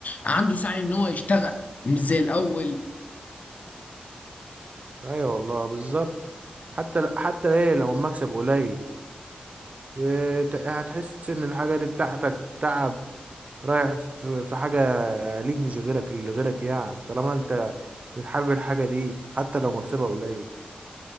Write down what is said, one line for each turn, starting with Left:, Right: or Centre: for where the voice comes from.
Left: عنده سعي إن هو يشتغل مش زي الأول
Right: ايوه والله بالظبط حتى حتى ايه لو المكسب قليل بت- هتحس ان الحاجه دي بتاعتك تعب رايح في في حاجه ليك مش غيرك اللي غيرك يعني طالما انت بتحب الحاجه دي حتى لو مكسبها قليل